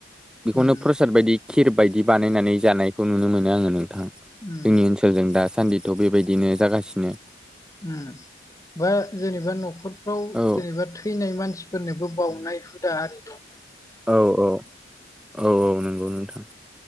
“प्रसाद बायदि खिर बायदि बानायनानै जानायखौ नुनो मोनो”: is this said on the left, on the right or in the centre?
Centre